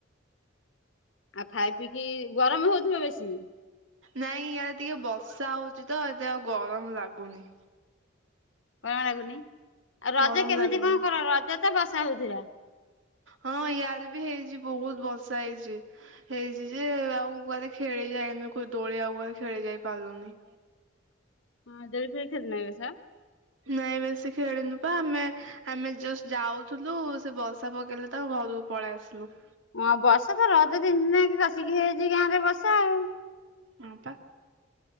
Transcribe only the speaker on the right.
ନାଇଁ ୟାଡେ ଟିକେ ବର୍ଷା ହଉଚି ତ ଏତେ ଆଉ ଗରମ ଲାଗୁନି।
ଗରମ
ଲାଗୁନି
ହଁ ୟାଡେ ବି ହେଇଚି ବହୁତ ବର୍ଷା ହେଇଚି। ହେଇଚି ଯେ ଆଉ କୁଆଡେ ଖେଳି ଯାଇନୁ ଦୋଳି ଆଉ କୁଆଡେ ଖେଳି ଯାଇ ପାରିଲୁନି।
ନାଇଁ ବେଶୀ ଖେଳିନୁ ବା ଆମେ ଆମେ ଜଷ୍ଟ ଯାଉଥିଲୁ ସେ ବର୍ଷା ପକେଇଲେ ତ ଘରକୁ ପଳେଇ ଆସିଲୁ।
ହଁ ପା।